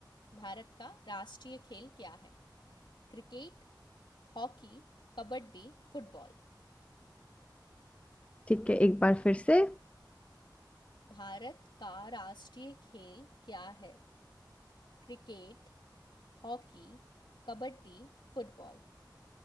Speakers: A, on the left; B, on the left.
A: भारत का राष्ट्रीय खेल क्या है Cricket hockey kabaddi football
B: ठीक है एक बार फिर से
A: Bharat का राष्ट्रीय खेल क्या है Cricket hockey kabaddi football